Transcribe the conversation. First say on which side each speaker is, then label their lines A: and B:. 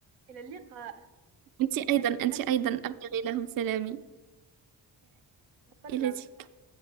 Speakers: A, on the right; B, on the right.
A: إلى اللقاء
B: أنت أيضا
A: اعتني بنفسك
B: أنت أيضا أبلغي لهم سلامي
A: مبلغ
B: لعائلتك